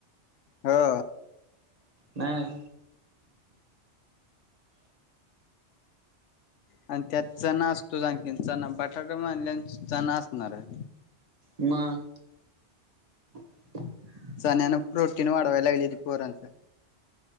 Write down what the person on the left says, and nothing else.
हो.
आणि त्यात चणा असतो जाखीन चणा बटाटा मनल्यान चणा असणार आहे.
चण्यान प्रोटीन वाढवायला लागली त पोरांचं.